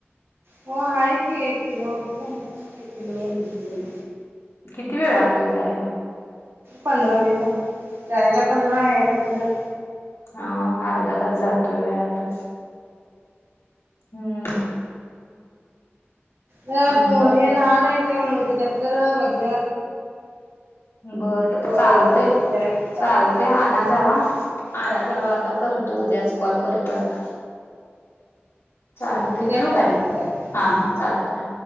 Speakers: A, on the right; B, on the left.
A: हो आहे कि एक किलो म म्हणत एक किलो दि म्हण.
B: किती वेळ लागतोय जायला.
A: पंधरा मिनटं जायला पंधरा यायला पंधरा.
B: अ अर्धा तास जातोय आतच. हम्म.
A: हम्
B: आणि
A: हे
B: काय
A: लहान आहेत ते मग ते दप्तर वाज.
B: बरं बर चालत.
A: वरडत बसल्यात
B: चालते
A: चालत
B: आणना जावा आणना
A: चालत
B: जावा आता करतो उद्याच कॉल करतो आता. चालते
A: हा उद्या
B: ठेवू
A: खराब
B: काय
A: चल
B: हा
A: हम्.
B: हा चालते हा